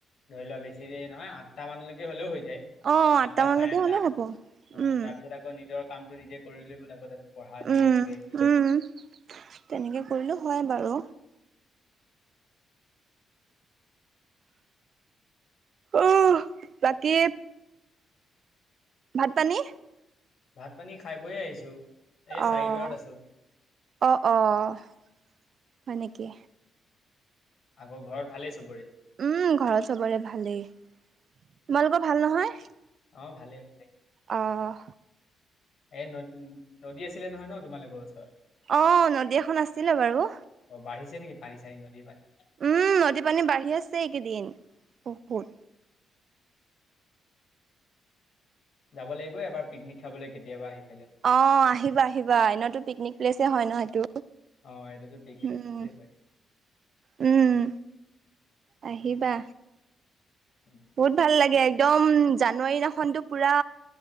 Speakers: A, on the left; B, on the right.
A: ধৰি লোৱা বেছি দেৰি নহয় আঠট মানলৈকে হলেও হৈ যায়।
B: অ'
A: আঠটা
B: মানলৈকে
A: চাৰে আঠটা
B: হ'লে
A: উম
B: হ'ব। উম,
A: তাৰপিছত আকৌ নিজৰ কামটো নিজে কৰিলে চোন আগতেটো পঢ়া যিয়ে
B: উম,
A: থাকে যি নাই
B: উম, তেনেকে কৰিলেও হয় বাৰু। অ' বাকী ভাত পানী?
A: ভাত পানী খায় বৈয়ে আহিছো। এই
B: অহ,
A: চাৰিদুৱাৰত আছো
B: অ অহ, হয় নেকি?
A: আকৌ ঘৰত ভালেই চবৰে?
B: উম ঘৰত চবৰে ভালেই, তোমালোকৰ ভাল নহয়?
A: অঁ ভালে ভালে।
B: অহ।
A: এই ন নদী আছিলে নহয় ন তোমালোকৰ ওচৰত?
B: অঁ নদী এখন আছিলে বাৰু।
A: অ বাঢ়িছে নেকি পানী চানী নদীৰ পানী?
B: উম নদী পানী বাঢ়ি আছে এইকেইদিন বহুত।
A: যাব লাগিব এবাৰ পিকনিক খাবলৈ কেতিয়াবা সেইফালে।
B: অঁ আহিবা আহিবা, এনেতো পিকনিক প্লেচে হয় ন সেইটো।
A: অঁ এইটোতো পিকনিক
B: উম
A: প্লেচে হয়।
B: উম। আহিবা।
A: উম।
B: বহুত ভাল লাগে একদম, জানুৱাৰী দিনাখনতো পোৰা